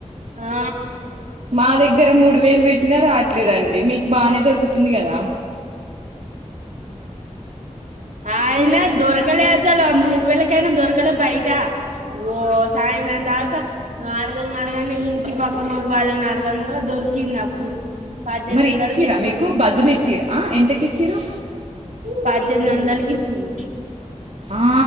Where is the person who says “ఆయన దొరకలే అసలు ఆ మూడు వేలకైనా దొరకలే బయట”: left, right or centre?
Right